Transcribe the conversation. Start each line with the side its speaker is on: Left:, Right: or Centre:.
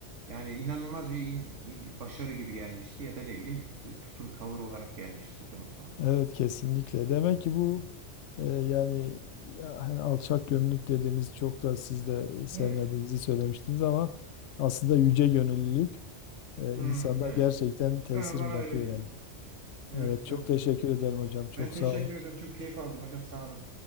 Right: Yani inanılmaz bir in- bir başarı gibi gelmişti ya da ne bileyim bir t- tutum tavır olarak gelmişti hocam o zaman.
Left: Evet kesinlikle. Demek ki bu e, yani ya, hani alçak gönüllülük dediğimiz çok da siz de e, sevmediğinizi
Right: Evet.
Left: söylemiştiniz ama aslında yüce gönüllülük e,
Right: Hmm,
Left: insanda
Right: evet.
Left: gerçekten tesir
Right: Ben, bana
Left: bırakıyor
Right: öyle gibi
Left: yani.
Right: geliyor. Evet
Left: Evet
Right: hocam.
Left: çok teşekkür ederim hocam. Çok
Right: Ben teşekkür
Left: sağ olun.
Right: ederim. Çok keyif aldım hocam. Sağ olun.